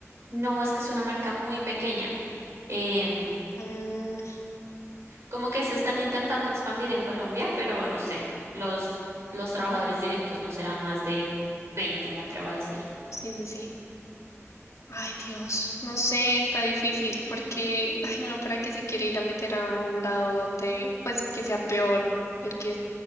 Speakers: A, on the right (about 60°); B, on the left (about 80°).
A: No, es que es una marca muy pequeña. em,
B: Mm,
A: Como que se están intentando expandir en Colombia, pero no sé, los, los trabajadores directos no serán más de 20, me atrevo a decir.
B: sí, sí, sí. Ay, Dios, no sé, está difícil porque, ay, bueno, ¿para qué se quiere ir a meter a un lado donde, pues, que sea peor el que